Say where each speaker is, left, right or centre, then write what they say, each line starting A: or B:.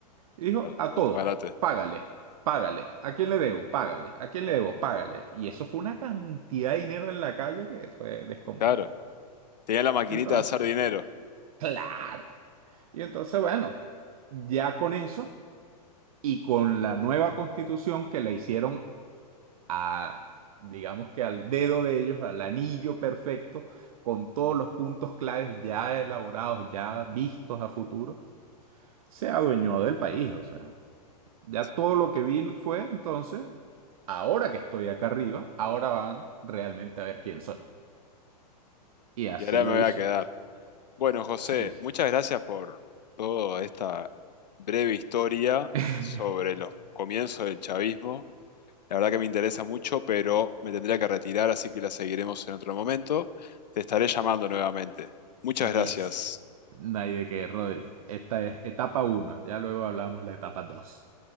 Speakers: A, on the right; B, on the left.
A: Y dijo,
B: claro,
A: a
B: disparate.
A: todos, págale, págale. ¿A quién le debo? Págale. ¿A quién le debo? Págale. Y eso fue una cantidad de dinero en la calle que fue descomunal.
B: Claro, tenían la maquinita
A: Entonces,
B: de hacer dinero.
A: claro. Y entonces, bueno, ya con eso y con la nueva constitución que la hicieron a, digamos que al dedo de ellos, al anillo perfecto, con todos los puntos claves ya elaborados, ya vistos a futuro, se adueñó del país, o sea, ya
B: Sí,
A: todo
B: claro.
A: lo que vino y fue, entonces, ahora que estoy acá arriba, ahora van realmente a ver quién soy. Y así
B: Y ahora
A: lo
B: me voy
A: hizo.
B: a quedar. Bueno, José,
A: Sí, sí.
B: muchas gracias por toda esta breve historia
A: <laughs>
B: sobre los comienzos del chavismo. La verdad que me interesa mucho, pero me tendría que retirar, así que la seguiremos en otro momento. Te estaré llamando nuevamente. Muchas
A: Yes.
B: gracias.
A: No hay de qué, Rodri. Esta es etapa uno. ya luego hablamos la etapa 2.